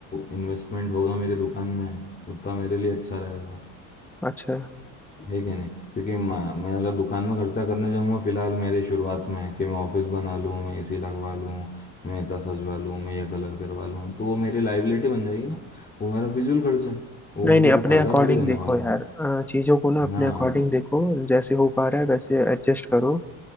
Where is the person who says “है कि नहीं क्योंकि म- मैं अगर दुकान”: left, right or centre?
Left